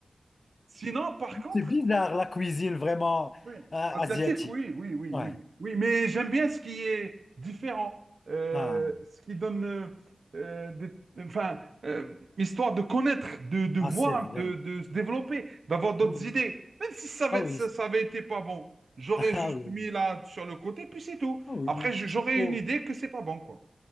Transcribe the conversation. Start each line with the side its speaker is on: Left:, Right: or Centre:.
Right: Sinon, par contre,
Left: C'est bizarre la cuisine vraiment
Right: Oui.
Left: euh, asiatique.
Right: Asiatique, oui, oui, oui,
Left: Ouais.
Right: oui. Oui, mais j'aime bien ce qui est différent, euh,
Left: Ah,
Right: ce qui donne, euh, euh, des- enfin, euh, histoire de connaître, de, de
Left: ah,
Right: voir,
Left: c'est vrai.
Right: de, de se développer, d'avoir d'autres
Left: Ah Oui.
Right: idées. Même si ça avait,
Left: Ah oui.
Right: ça, ça avait été pas bon, j'aurais
Left: <laughs>
Right: juste
Left: Ah oui.
Right: mis là sur le côté, puis c'est tout.
Left: Ah oui.
Right: Après, je- j'aurais
Left: C'est pour-
Right: une idée que c'est pas bon, quoi.